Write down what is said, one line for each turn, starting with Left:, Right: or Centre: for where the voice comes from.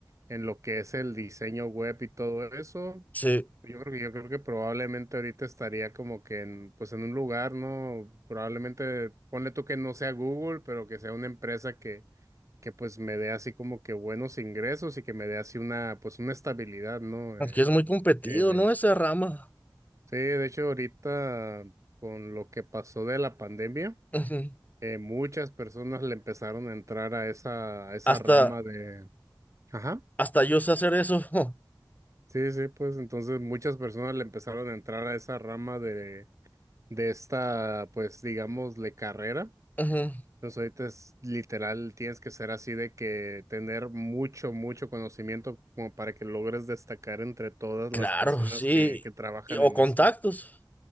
Right: en lo que es el diseño web y todo eso,
Left: Sí,
Right: yo creo que yo creo que probablemente ahorita estaría como que en, pues en un lugar, ¿no? Probablemente, ponle tú que no sea Google, pero que sea una empresa que que pues me dé así como que buenos ingresos y que me dé así una, pues una estabilidad, ¿no?
Left: aunque
Right: Eh,
Left: es muy competido,
Right: eh, de,
Left: ¿no? Esa rama.
Right: sí, de hecho ahorita con lo que pasó de la pandemia,
Left: Ujú.
Right: eh, muchas personas le empezaron a entrar a esa, a esa
Left: Hasta,
Right: rama de, ajá,
Left: Hasta yo sé hacer eso. <laughs>
Right: sí, sí, pues entonces muchas personas le empezaron a entrar a esa rama de, de esta, pues digamos, de carrera
Left: Ujú.
Right: Entonces ahorita es literal, tienes que ser así de que tener mucho, mucho conocimiento como para que logres destacar entre todas
Left: Claro,
Right: las personas
Left: sí.
Right: que, que trabajan
Left: Y- o
Right: en
Left: contactos.
Right: eso.